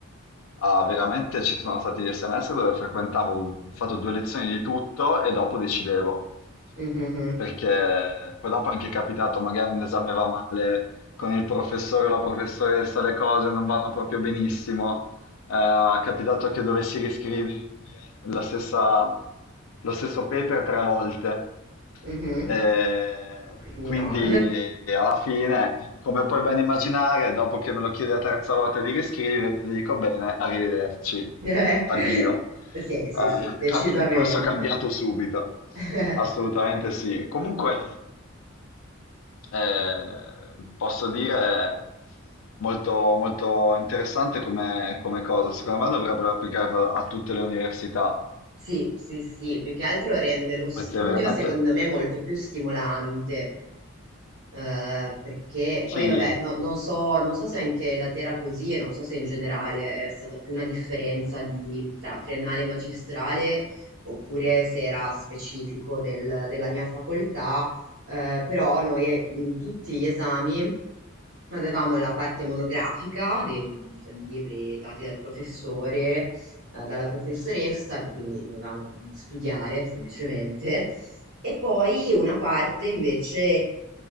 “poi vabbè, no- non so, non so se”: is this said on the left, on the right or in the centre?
Right